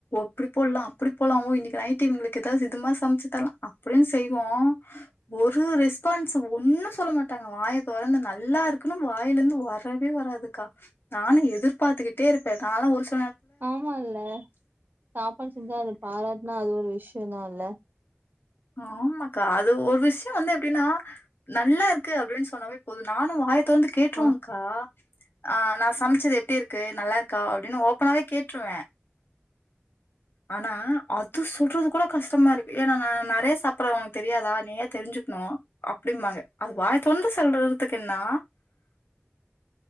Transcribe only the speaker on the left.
எப்படி போடலாம் அப்படி போலாமோ இன்னைக்கு நைடவங்களுக்கு ஏதாவதுமா சமைச்சு தரலாம் அப்படின்னு செய்வோம் ஒரு ரெஸ்பான்ஸ் ஒன்னும் சொல்ல மாட்டாங்க வாய தறந்து நல்லா இருக்குும் வாயில இருந்து வரவே வராதுக்கா நானும் எதிர்பார்த்துக்கிட்டே இருக்கேன் னாலும் ஒரு <inaudible>
ஆமாக்கா அது ஒரு விஷயம் வந்து எப்படின்னா நல்லா இருக்கு அப்படின்னு சொன்னாவே போதும் நானும் காய அங்க வந்து கேட்டுருவங்க்கா
ஆஹ் நான் சமைச்சது எப்படி இருக்கு நல்லா இருக்கு <inaudible> க்கா <unintelligible> அப்படின்னு ஓபனாவே கேட்டுருவேன் ஆனா அது சொல்றது கூட கஷ்டமா இருக்கு ஏன்னா நான் நிறைய சாப்பிடுறேன் உனக்கு தெரியாதா நீ ஏ தெரிஞ்சுக்கணும் அப்படிம்பாங்க அது வாய் தந்து செல்றதுக்கு என்னா